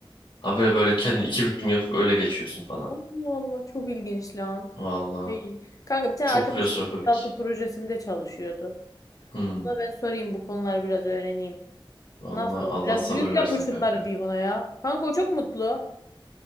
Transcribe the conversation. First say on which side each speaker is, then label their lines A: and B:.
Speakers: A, on the left; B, on the left.
A: ha böyle böyle kendi iki büklüm yapıp öyle geçiyorsun falan.
B: Allah Allah çok ilginç lan.
A: Valla
B: Değil. Kanka bir tane
A: çok
B: arkadaşım
A: klostrofobik.
B: denizaltı projesinde çalışıyordu.
A: Hmm.
B: Ona ben sorayım bu konuları biraz öğreneyim.
A: Valla
B: Nasıl olur?
A: Allah
B: Biraz
A: sabır
B: büyük
A: versin
B: yap
A: kanka.
B: şunları diyeyim ona ya. Kanka o çok mutlu.